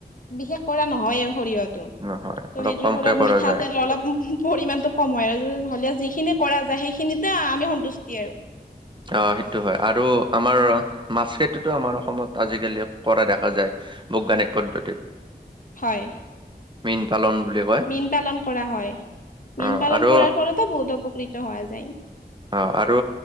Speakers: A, on the left (about 55°); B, on the right (about 30°).
A: বিশেষ কৰা নহয় সৰিয়হ। ত
B: নহয়।
A: তো
B: অলপ
A: সেইটো
B: কমকে
A: ফলত
B: কৰা
A: মিঠা
B: যায়
A: তেলৰ অলপ পৰিমাণটো। কমুৱাই আৰু কোন হলেও যিখিনি কৰা যায় সেইখিনিতে আমি সন্তুষ্টি আৰু।
B: অহ সেইটো হয়। আৰু আমাৰ মাছ খেতিতো আমাৰ অসমত আজিকালি কৰা দেখা যায়। বৈজ্ঞানিক পদ্ধতিত।
A: হয়
B: মীন পালন বুলি কয়
A: মীন পালন কৰা হয়। মীন
B: অ
A: পালন
B: আৰু
A: কৰাৰ ফলতো বহুত উপকৃত হোৱা যায়।
B: অহ আৰু